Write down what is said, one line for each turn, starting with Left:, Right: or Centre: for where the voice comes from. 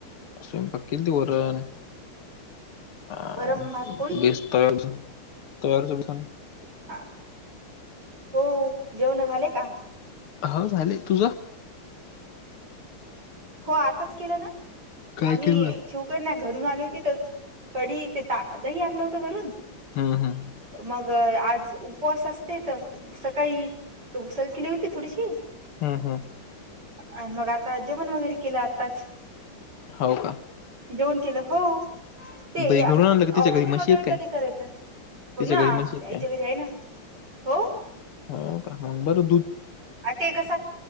Left: स्वयंपाक केलती वरण अ
Right: वरम भात पोळी
Left: बेस्त तव्यावरच बेसन
Right: ह हो जेवण झाले का,?
Left: हो झाले तुझं?
Right: हो आताच केलं ना
Left: काय
Right: आम्ही
Left: केलं?
Right: शिवकण्या घरून आली होती तर कडी ते तादही आणलं होत घरून
Left: हम्म हम्म
Right: मग आज उपवास असते तर सकाळी त उसल केली होती थोडीशी
Left: हम्म हम्म.
Right: आणि मग आता जेवण वगैरे केलं आताच
Left: हो का
Right: दोन किलो हो ते
Left: दही घरून आणलं का तिच्या
Right: ऑपरेशन
Left: घरी म्हशी
Right: वगैरे
Left: आहेत काय?
Right: कधी करायचं हो
Left: तिच्या
Right: ना
Left: घरी म्हशी आहेत
Right: यायच्या
Left: काय?
Right: घरे आहे ना हो
Left: हो मग बर
Right: आ ते कस